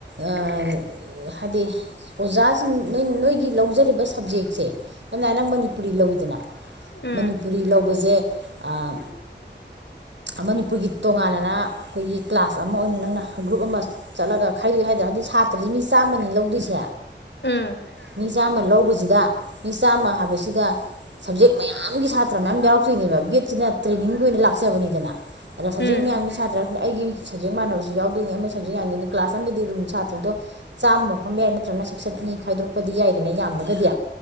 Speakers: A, on the right (about 75°); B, on the left (about 70°).
A: ꯑꯥꯥ ꯍꯥꯏꯗꯤ ꯑꯣꯖꯥꯁꯤꯡ ꯅꯪ ꯅꯣꯏꯒꯤ ꯂꯧꯖꯔꯤꯕ ꯁꯕꯖꯦꯛꯁꯦ ꯁꯝꯅ ꯍꯥꯏ ꯅꯪ ꯃꯅꯤꯄꯨꯔꯤ ꯂꯧꯋꯤꯗꯅ
B: ꯎꯝ
A: ꯃꯅꯤꯄꯨꯔꯤ ꯂꯧꯕꯁꯦ ꯑꯥ ꯃꯅꯤꯄꯨꯔꯒꯤ ꯇꯣꯉꯥꯟꯅꯅ ꯑꯩꯈꯣꯏꯒꯤ ꯀ꯭ꯂꯥꯁ ꯑꯃ ꯑꯣꯏꯅ ꯅꯪꯅ ꯒ꯭ꯔꯨꯞ ꯑꯃ ꯆꯠꯂꯒ ꯈꯥꯏꯗꯣꯛꯏ ꯍꯥꯏꯗꯔ꯭ ꯍꯥꯏꯗꯤ ꯁꯥꯇ꯭ꯔꯁꯦ ꯃꯤ ꯆꯥꯝꯃꯅꯤ ꯂꯧꯗꯣꯏꯁꯦ
B: ꯎꯝ
A: ꯃꯤ ꯆꯥꯝꯃ ꯂꯧꯕꯁꯤꯗ ꯃꯤ ꯆꯥꯝꯃ ꯍꯥꯏꯕꯁꯤꯗ ꯁꯕꯖꯦꯛ ꯃꯌꯥꯝꯒꯤ ꯁꯥꯇ꯭ꯔ ꯃꯌꯥꯝ ꯌꯥꯎꯔꯛꯇꯣꯏꯅꯦꯕ ꯕꯤ ꯑꯦꯠꯁꯤꯅ ꯇ꯭ꯔꯦꯅꯤꯡꯒꯤ ꯑꯣꯏꯅ ꯂꯥꯛ ꯂꯥꯛꯆꯕꯅꯤꯗꯅ ꯑꯗ ꯁꯞꯖꯦꯛ
B: ꯎꯝ
A: ꯃꯌꯥꯝꯒꯤ ꯁꯥꯇ꯭ꯔ ꯑꯩꯒꯤ ꯁꯞꯖꯦꯛ ꯃꯥꯟꯅꯕꯁꯨ ꯌꯥꯎꯗꯣꯏꯅꯤ ꯑꯃꯒꯤ ꯁꯕꯖꯦꯛ ꯌꯥꯝꯌꯥꯝꯗꯣꯏ ꯀ꯭ꯂꯥꯁ ꯑꯝꯗꯗꯤ ꯔꯨꯝ ꯁꯥꯇ꯭ꯔꯗꯣ ꯆꯥꯝꯃꯃꯨꯛ ꯐꯝꯕ ꯌꯥꯏ ꯅꯠꯇ꯭ꯔꯒꯅ ꯁꯦꯛꯁꯟ ꯑꯅꯤ ꯈꯥꯏꯗꯣꯛꯔꯛꯄꯗꯤ ꯌꯥꯏꯗꯅ ꯌꯥꯝꯃꯒꯗꯤ